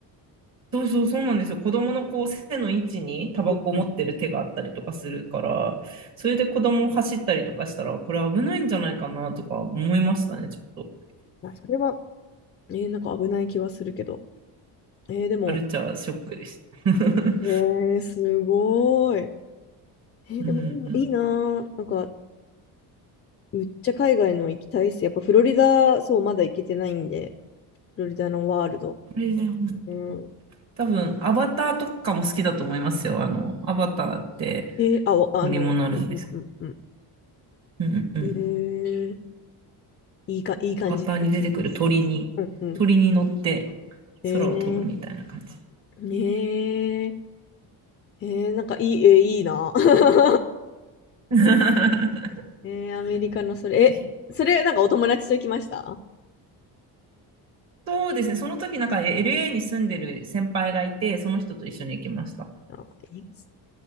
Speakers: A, on the right; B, on the left.
A: そうそうそうなんですよ。子供のこう背の位置にタバコを持ってる手があったりとかするから、
B: うんうん。
A: それで子供を走ったりとかしたら、これ危ないんじゃないかなとか思いましたね、ちょっと。
B: あ、それは、えー、なんか危ない気はするけど。えー、でも、
A: カルチャーショックでした。<laughs>
B: えー、すごい。えー、
A: うん。
B: でもいいないいなー。
A: こ
B: なんか、むっちゃ海外の行きたいっす。やっぱフロリダ、そう、まだ行けてないんで、フロリダのワールド。
A: れで本当。
B: うん。
A: 多分、アバターとかも好きだと思いますよ。あの、アバターって
B: えーあ、おあの、
A: 乗り物あるんですけ
B: うんうんうんうん。
A: ど。うんうんうん。
B: えー、いいか、いい感じ。
A: アバターに出てくる鳥に、
B: うんうん。
A: 鳥に乗って
B: え
A: 空を飛ぶみたいな感じ。
B: ー、ねえ。えー、なんかいい、えーいいな。<laughs>
A: <laughs>
B: えー、アメリカのそれ、
A: ぜひ。
B: え、それなんかお友達と行きました
A: そうですね。その時なんか LA に住んでる先輩がいて、その人と一緒に行きました。
B: あ、いいっす